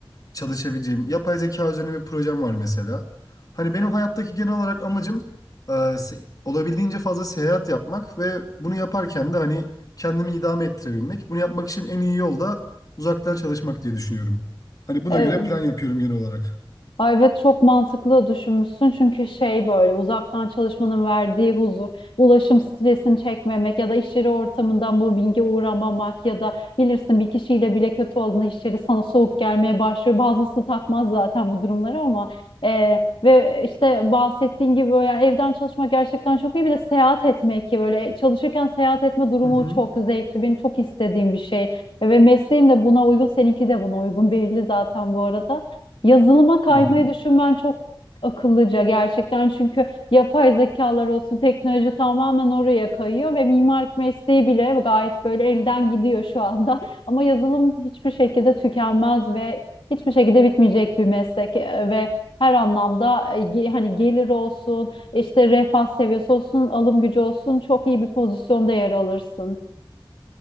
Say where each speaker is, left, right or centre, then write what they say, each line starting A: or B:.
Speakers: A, on the left; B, on the left.
A: çalışabileceğim yapay zeka üzerine bir projem var mesela. Hani benim hayattaki genel olarak amacım e, se- olabildiğince fazla seyahat yapmak ve bunu yaparken de hani kendimi idame ettirebilmek. Bunu yapmak için en iyi yol da uzaktan çalışmak diye düşünüyorum. Hani buna
B: Evet.
A: göre plan yapıyorum genel olarak.
B: Ay evet çok mantıklı düşünmüşsün çünkü şey böyle uzaktan çalışmanın verdiği huzur, ulaşım stresini çekmemek ya da iş yeri ortamından bu binge uğramamak ya da bilirsin bir kişiyle bile kötü olduğunda iş yeri sana soğuk gelmeye başlıyor. Bazısı takmaz zaten bu durumları ama e, ve işte bahsettiğin gibi böyle yani evden çalışmak gerçekten çok iyi bir de seyahat etmek ki böyle çalışırken seyahat etme durumu
A: Hı hı.
B: çok zevkli benim çok istediğim bir şey E, ve mesleğim de buna uygun seninki de buna uygun belli zaten bu arada. Yazılıma kaymayı
A: Hı hı.
B: düşünmen çok akıllıca gerçekten çünkü yapay zekalar olsun teknoloji tamamen oraya kayıyor ve mimarlık mesleği bile gayet böyle elden gidiyor şu anda. <laughs> Ama yazılım hiçbir şekilde tükenmez ve hiçbir şekilde bitmeyecek bir meslek e, ve her anlamda e, ge- hani gelir olsun, işte refah seviyesi olsun, alım gücü olsun çok iyi bir pozisyonda yer alırsın.